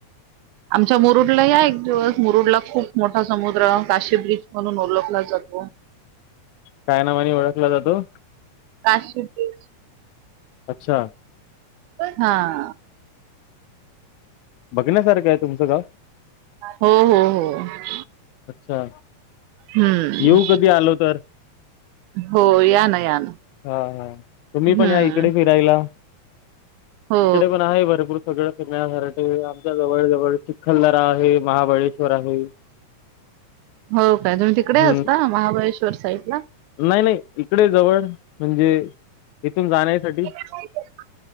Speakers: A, on the right (about 85°); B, on the left (about 80°).
A: आमच्या मुरुडला या एक दिवस मुरुडला खूप मोठा समुद्र काशीद बीच म्हणून ओळखला जातो.
B: काय नावाणे ओळखला जातो?
A: काशीद बीच.
B: अच्छा.
A: हा.
B: बघण्यासारखं आहे तुमचं गाव?
A: हो हो हो.
B: अच्छा.
A: हम्म
B: येऊ कधी आलो तर?
A: हो. या ना या ना.
B: हा हा. तुम्ही
A: हम्म
B: पण या इकडे फिरायला,
A: हो
B: इकडे पण आहे भरपूर सगळ फिरण्यासाठी आमच्या जवळ जवळ चिखलदरा आहे, महाबळेश्वर आहे.
A: हो काय तुम्ही तिकडे
B: हं.
A: असता महाबळेश्वर साईड ला.
B: नाही नाही. इकडे जवळ म्हणजे इथून जाण्यासाठी
A: <inaudible>